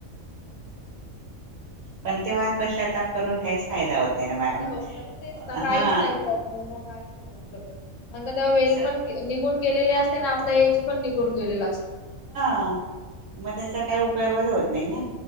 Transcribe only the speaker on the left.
काहीदा होत नाही ना मग तेच ना काहीच
नाही प्रॉब्लेम मग काहीच नाही होऊ शकत तेव्हा वेल
पण निघून गेलेली असते आणि आपला एज पण निघून गेलेला असतो